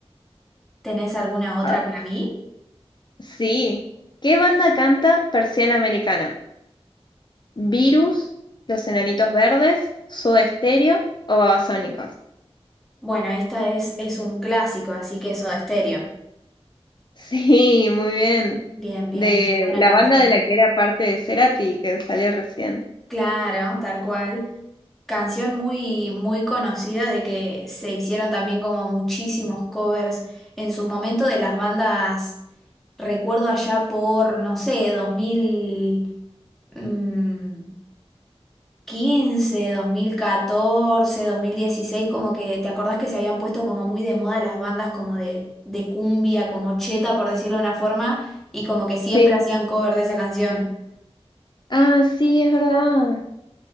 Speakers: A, in the centre; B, on the left (about 45°).
A: ¿Tenés alguna otra
B: Ah,
A: para mí?
B: Sí. ¿Qué banda canta Persiana Americana? ¿Virus? ¿Los Enanitos Verdes? ¿Soda Stereo o Babasónicos? <laughs>
A: Bueno, esta es, es un clásico, así que Soda Stereo.
B: Sí, muy bien.
A: Bien, bien,
B: De
A: muy buena
B: la
A: canción.
B: banda de la que era parte de Cerati, que salió recién.
A: Claro, tal cual. Canción muy, muy conocida de que se hicieron también como muchísimos covers en su momento de las bandas, recuerdo allá por, no sé, dos mil. mm, quince dos mil catorce dos mil dieciséis como que te acordás que se habían puesto como muy de moda las bandas como de, de cumbia, como cheta, por decirlo de una forma, y como que siempre
B: Sí.
A: hacían cover de esa canción.
B: Ah, sí, es verdad.